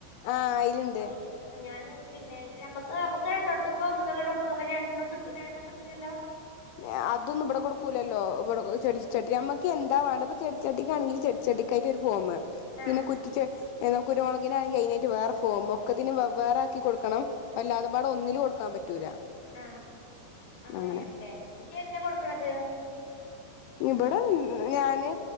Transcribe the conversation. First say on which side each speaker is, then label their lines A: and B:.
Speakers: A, on the left; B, on the left.
A: ആഹ് അയില്ണ്ട്
B: അയിലന്നെ ഞാന് പിന്നെ ഞമ്മക് മ്മക് രണ്ടോത്‌ക്ക് ഒന്നള്ളല്ലോ കൊടുക്കാൻ പറ്റാ രണ്ടണ്ണം രണ്ട് ണ്ണം കിട്ടോലല്ലോ
A: അ അതൊന്നും ഇവടെ കൊടുക്കൂലല്ലോ ഇവ്ടെ ചെടി ചട്ടി ഞമ്മക് എന്താ വേണ്ട ഇപ്പ ചടി ചട്ടിക്ക് ആണങ്കില് ചെടി ചട്ടിക്കായിട്ട് ഒരു ഫോംമ്
B: ആഹ്
A: പിന്ന കുറ്റിച്ച കുരുമുളകിനാണെങ്കി അയിനായിട്ട് വേറെ ഫോമ് ഒക്കെത്തിനും വേവേറെ ആക്കികൊ ക്കണം എല്ലാതും ബാടെ ഒന്നിൽ ക്കാൻ പറ്റൂല
B: അ അങ്ങനെൻ
A: അങ്ങനെ
B: ട്ടെ ഇജ്ജ് ഏതിനാ കൊടുക്കണത്?
A: ഇവിടേം ഞാന്